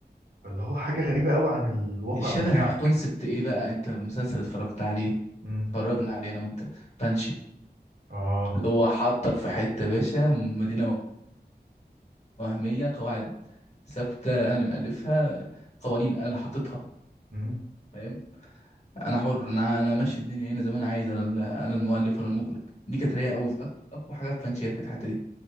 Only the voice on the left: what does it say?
شبه
كونسبت ايه بقى انت مسلسل اتفرجت عليه
اتفرجنا عليه انا وانت بانشي
اللي هو حطك في حتة يا باشا مدينة وهمية قواعد ثابتة انا اللي مألفها قوانين انا اللي حاططها
فاهم انا حر انا انا ماشي الدنيا هنا زي ما انا عايز انا ال- انا المؤلف ولا المخرج دي كانت رايقة قوي في أك- اقوى حاجة في بانشي هي كانت الحتة دي